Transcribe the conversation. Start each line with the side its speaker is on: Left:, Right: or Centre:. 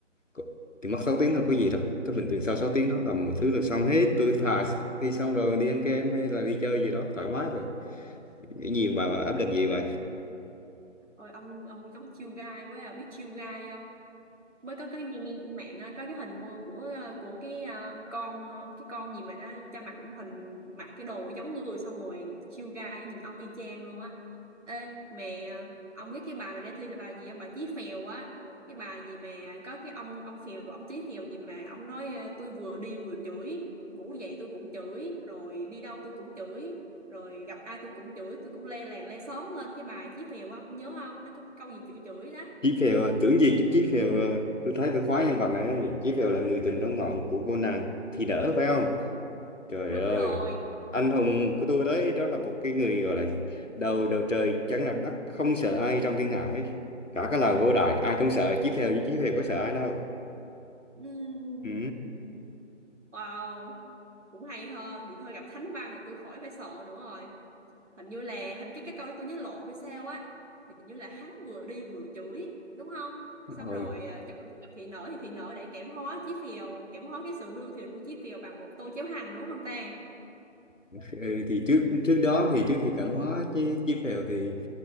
Left: có- thì mất 6 tiếng là có gì đâu Thế bình thường sau 6 tiếng đó làm một thứ là xong hết tôi thà thi xong rồi đi ăn kem hay là đi chơi gì đó thoải mái rồi nghĩ gì mà áp lực gì vậy
Right: Ôi ông ông giống chiêu gai quá à, biết chiêu gai mới có cái meme trên mạng á, có cái hình của của ờ, của cái ờ, con ờ, cái con gì mà nó cho mặt hình mặc cái đồ giống người xong rồi chiêu gai nhìn ông y chang luôn á ê mẹ ông biết cái bài mà để thi là bài gì không bài Chí Phèo á cái bài gì mà có cái ông ông Phèo ông Chí Phèo gì mà ông nói ờ, tôi vừa đi vừa chửi ngủ dậy tôi cũng chửi rồi đi đâu tôi cũng chửi rồi gặp ai tôi cũng chửi tôi cũng le làng le xóm lên cái bài Chí Phèo á ông nhớ không nó có cái câu gì chửi chửi đó
Left: Chí Phèo à, tưởng gì chứ Chí Phèo à. tôi thấy tôi khoái nhân vật này ấy. Chí Phèo là người tình trong mộng của cô nàng thì đỡ phải không trời
Right: đúng
Left: ơi
Right: rồi
Left: anh hùng
Right: ừ,
Left: của tôi đấy đó là một cái người gọi là đầu đầu trời chẳng làm đất không sợ ai trong thiên hạ ấy cả cái làng vô đại ai cũng sợ Chí Phèo nhưng Chí Phèo có sợ ai đâu
Right: ừ,
Left: ừ.
Right: ừ. wow cũng hay ho vậy thôi gặp thánh văn là tôi khỏi phải sợ nữa rồi hình như là hình cái cái câu đó tôi nhớ lộn hay sao á hình như là hắn vừa đi vừa chửi đúng không
Left: Rồi,
Right: xong rồi à, chửi gặp thị nở thì thị nở để kẽm hóa chí phèo kẽm hóa cái sự lương thiện của chí phèo bằng một tô cháo hành đúng không ta
Left: ừ, thì trước trước đó thì trước khi cảm hóa chứ Chí Phèo thì